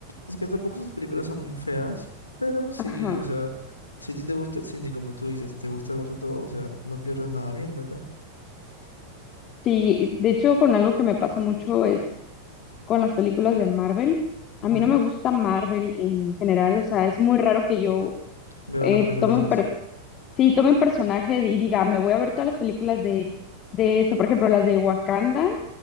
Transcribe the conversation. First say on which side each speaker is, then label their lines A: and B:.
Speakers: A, on the left; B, on the left.
A: es que tampoco esas películas son feas, pero sí,
B: ajá.
A: o sea, si a ti te gusta el cine, como tú dices, te gusta verte todo, o sea, no pierdes nada viéndola.
B: Sí, de hecho con algo que me pasa mucho es con las películas de Marvel. A
A: Ujú.
B: mí no me gusta Marvel en general, o sea, es muy raro que yo
A: Veo
B: eh,
A: una película
B: tome
A: de
B: un
A: esas.
B: per- sí, tome un personaje y diga, me voy a ver todas las películas de, de esto, por ejemplo, las de Wakanda,